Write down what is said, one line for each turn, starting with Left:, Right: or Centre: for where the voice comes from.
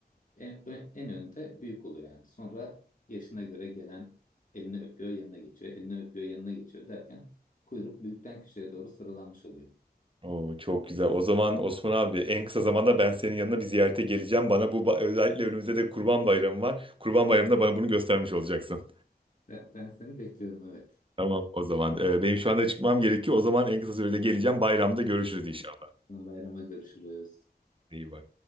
Left: en, en önde büyük oluyor yani. Sonra yaşına göre gelen elini öpüyor, yanına geçiyor. Elini öpüyor, yanına geçiyor derken kuyruk büyükten küçüğe doğru sıralanmış oluyor.
Right: Oo, çok güzel. O zaman Osman abi en kısa zamanda ben senin yanına bir ziyarete geleceğim. Bana bu ba- özellikle önümüzde de Kurban Bayramı var. Kurban Bayramı'nda bana bunu göstermiş olacaksın.
Left: Ve Ben seni bekliyorum evet.
Right: Tamam o zaman. Ee, benim şu anda çıkmam gerekiyor. O zaman en kısa sürede geleceğim. Bayramda görüşürüz inşallah.
Left: Bayrama görüşürüz.
Right: İyi bak.